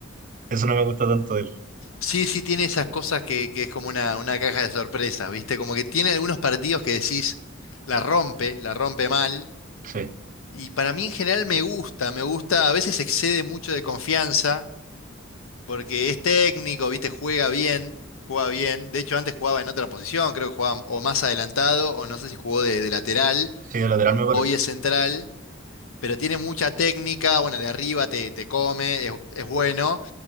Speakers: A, on the right; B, on the left.
A: eso no me gusta tanto de él.
B: Sí, sí, tiene esas cosas que, que es como una, una caja de sorpresas, ¿viste? Como que tiene algunos partidos que decís, la rompe, la rompe mal.
A: Sí,
B: Y para mí en general me gusta, me gusta, a veces excede mucho de confianza, porque es técnico, ¿viste? Juega bien, juega bien. De hecho, antes jugaba en otra posición, creo que jugaba o más adelantado, o no sé si jugó de, de lateral,
A: sí, de lateral me parece.
B: hoy es central. pero tiene mucha técnica, bueno, de arriba te, te come, es, es bueno,